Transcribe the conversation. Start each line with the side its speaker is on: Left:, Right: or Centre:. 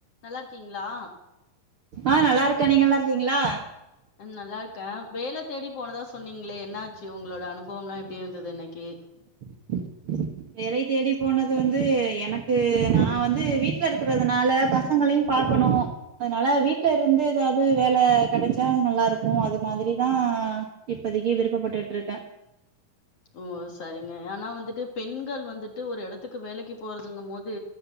Left: நல்லார்க்கீங்ளா
Right: ஆ நல்லாருக்கே நீங்க நல்லா ர்க்கீங்ளா
Left: நல்லார்க்கே வேல தேடி போனதா சொன்னீங்ளே என்னாச்சு உங்களோட அனுபவம் லா எப்டி ஈந்ததின்னக்கி
Right: ம் வேலை தேடி போனது வந்து எனக்கு நா வந்து வீட்ல இருக்குறதுனால பச பசங்களையு பாக்கணு அதனால வீட்லருந்து ஏதாவது வேல கெடச்சா நல்லாருக்கு அது மாதிரி தா இப்பதக்கி விருப்ப பட்டுட்ருக்க
Left: ஓ சரிங்க ஆனா வந்துட்டு பெண்கள் வந்துட்டு ஒரு எடத்துக்கு வேலக்கி போறதுங்க போது